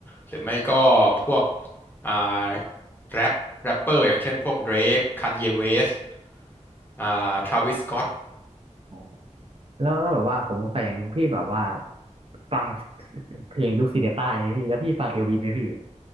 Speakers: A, on the left; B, on the right.
A: หรือไม่ก็พวกอ่าแรปแรปเปอร์อย่างเช่นพวก Drake Kanye West อ่า Travis Scott
B: อ๋อแล้วแล้วแบบว่าผมสงสัยอย่างหนึ่งพี่แบบว่าฟังเพลงยุคซีเดต้าไงพี่แล้วพี่ฟังเอลวิสไหมพี่